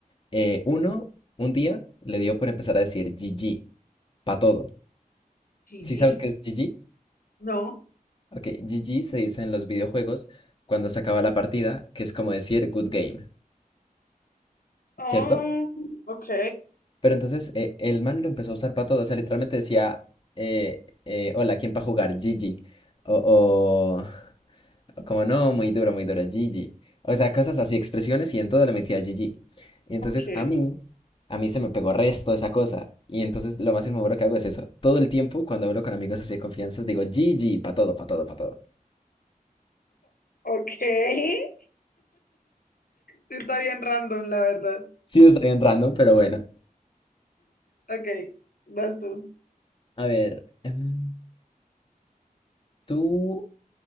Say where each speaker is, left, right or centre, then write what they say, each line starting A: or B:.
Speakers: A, on the left; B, on the left.
A: eh, uno, un día le dio por empezar a decir GG, pa' todo.
B: GG.
A: ¿Sí sabes qué es GG?
B: No.
A: Ok, GG se dice en los videojuegos cuando se acaba la partida, que es como decir good game,
B: Oh,
A: ¿cierto?
B: ok,
A: Pero entonces eh, el man lo empezó a usar para todo, o sea, literalmente decía, eh, eh, hola, ¿quién para jugar? GG. O, o, o como no, muy duro, muy duro, GG. O sea, cosas así, expresiones y en todo le metía GG. Y entonces
B: ok,
A: a mí, a mí se me pegó resto esa cosa. Y entonces lo más inmaduro que hago es eso. Todo el tiempo cuando hablo con amigos así de confianzas digo GG, para todo, para todo, para todo.
B: ok. <laughs> Está bien random, la verdad.
A: Sí, está bien random, pero bueno.
B: Ok, vas tú.
A: A ver, em, ¿tú